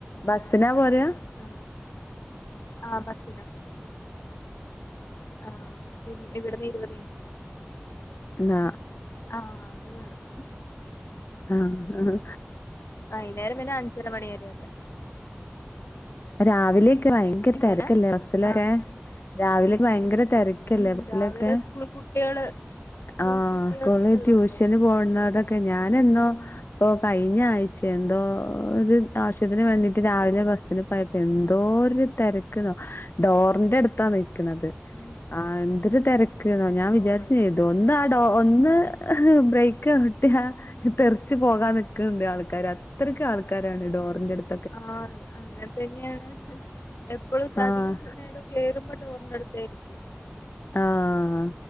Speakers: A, on the left; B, on the left.
A: ബസ്സിനാ പോരുക
B: ആ ആഹ് ബസിന് ആഹ് ഇ ഇവിടുന്ന് ഇരുപത് മിനുട്
A: എന്ന
B: ആഹ് അത് വേണം
A: ആ ആ
B: വൈകുന്നേരം പിന്നെ അഞ്ചര മണി വരെള്ളേ
A: രാവിലെ ഭയങ്കര
B: എങ്ങനെ
A: തിരക്കല്ലേ ബസിലൊക്കെ
B: ആഹ്
A: രാവിലക്കോ ഭയങ്കര തിരക്കല്ലേ
B: ഉം
A: ബസിലൊക്കെ
B: രാവിലെ സ്കൂൾ കുട്ടികള് സ്കൂൾ
A: ആ
B: കുട്ടികളൊക്കെ
A: സ്കൂളിലെ
B: ഉള്ളോണ്ടേ
A: ട്യൂഷന് പോണോടൊക്കെ ഞാൻ
B: ഉം
A: എന്നോ കൈ കഴിഞ്ഞാഴ്ച എന്തോര്
B: ഉം
A: ആ <unintelligible> ത്തിന് വേണ്ടിയിട്ട രാവിലെ ബസ് പ്പോ എന്തോ ഒരു തിരക്ക ഡോറിന്റെ അടുത്താ നൽക്കണുന്നത്
B: ഉം
A: ആ എന്തൊരു തിരക്ക് ക്ക്‌ ഞാൻ വിചാരിച്ച
B: ഓ അത്
A: ചെയ്തു
B: ശരി
A: ഒന്ന് ആ ഡോ ഒന്ന് ഹ് ഹ് ബ്രേക്ക് ചവ്ട്ടിയ തെറച്ച് പോകാൻ നിക്ക ണ്ട് ആൾക്കാർ അത്രയ്ക്ക് ആൾക്കാരാണ് ഡോറിന്റെ അടുത്ത്
B: ആഹ തന്നെയാണ് എപ്പോഴും
A: ആഹ്
B: അതിക നേരം കേയറുമ്പോ ഡോർ ടുത്തായിരിക്കും
A: ആഹ